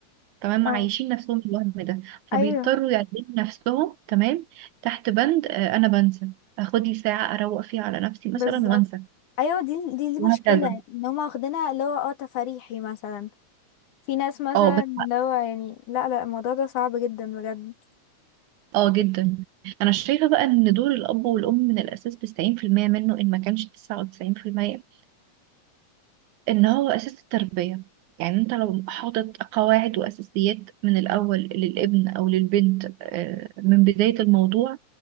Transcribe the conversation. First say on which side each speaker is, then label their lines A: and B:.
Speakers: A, on the right; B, on the left.
A: تمام
B: اه
A: عايشين نفسهم الوهم ده فبيضطروا
B: ايوه
A: يعيشوا نفسهم تمام تحت بند آه، انا بنسى اخد لي ساعه اروق فيها على نفسي مثلا
B: بالظبط
A: وانسى
B: ايوه دي دي دي
A: وهكذا
B: مشكله ان هم واخدينها اللي هو اه تفريحي مثلا في ناس مثلا
A: اه بس
B: اللي هو يعني لا لا الموضوع ده صعب جدا بجد
A: اه جدا انا شايفه بقى ان دور الاب والام من الاساس 90% منه ان ما كانش 99% ان هو اساس التربية يعني انت لو حاطط قواعد واساسيات من الاول للابن او للبنت آه، من بداية الموضوع